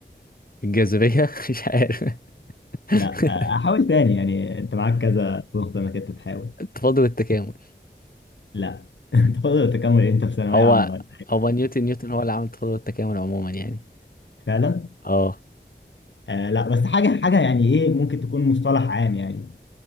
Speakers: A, on the left (about 50°); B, on the left (about 80°).
A: الجاذبية <laughs> مش عارف <laughs>
B: لا آه، احاول تاني يعني انت معاك كذا فرصه انك انت تحاول
A: التفاضل والتكامل
B: لا <laughs> تقدر تكمل انت في ثانويه
A: هو
B: عامه
A: هو نيوتن نيوتن هو اللي عمل التفاضل والتكامل عموما يعني
B: فعلا
A: اه
B: آه لا بس حاجة حاجة يعني ايه ممكن تكون مصطلح عام يعني